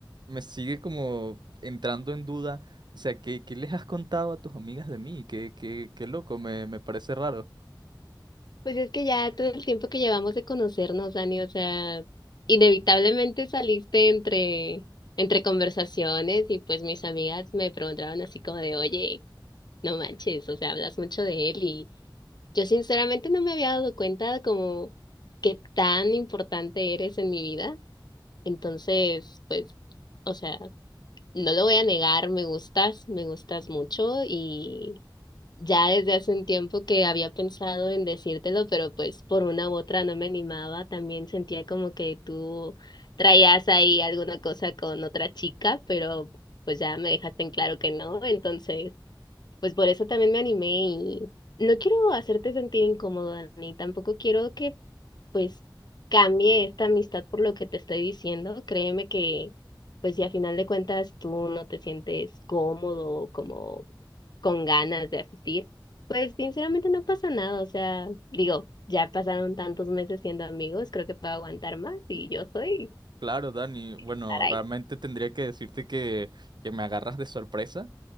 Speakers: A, on the right; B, on the left.
A: me sigue como entrando en duda, o sea, ¿qué, qué les has contado a tus amigas de mí? Qué, qué, qué loco, me, me parece raro.
B: pues es que ya todo el tiempo que llevamos de conocernos, Dani, o sea, inevitablemente saliste entre, entre conversaciones y pues mis amigas me preguntaban así como de, oye, no manches, o sea, hablas mucho de él y yo sinceramente no me había dado cuenta como qué tan importante eres en mi vida Entonces, pues, o sea, no lo voy a negar, me gustas, me gustas mucho y ya desde hace un tiempo que había pensado en decírtelo, pero pues por una u otra no me animaba, también sentía como que tú traías ahí alguna cosa con otra chica, pero pues ya me dejaste en claro que no, entonces... Pues por eso también me animé y no quiero hacerte sentir incómoda, ni tampoco quiero que pues cambie esta amistad por lo que te estoy diciendo. Créeme que pues si a final de cuentas tú no te sientes cómodo, como con ganas de asistir, pues sinceramente no pasa nada. O sea, digo, ya pasaron tantos meses siendo amigos, creo que puedo aguantar más y yo soy
A: Claro, Dani, bueno,
B: estar ahí.
A: realmente tendría que decirte que, que me agarras de sorpresa,